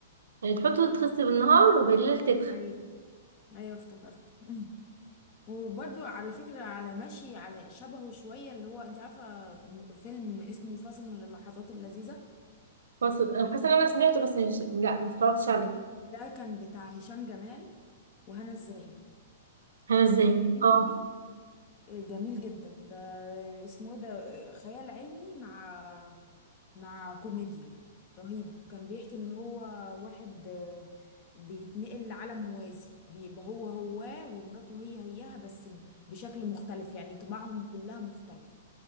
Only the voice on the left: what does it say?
ايوه ايوه افتكرت <laughs> وبرضو على فكرة على ماشي على شبهه شوية اللي هو انت عارفة م- فيلم اسمه فاصل من اللحظات اللذيذة
ده كان بتاع هشام جمال وهنا الزاهد
ده يا بنتي
آه، جميل جدا ده اسمه إيه ده آه، خيال علمي مع مع كوميديا رهيب كان بيحكي ان هو واحد آه، بيتنقل لعالم موازي بيبقى هو هو ومراته هي هيها بس ب- بشكل مختلف يعني طباعهم كلها مختلف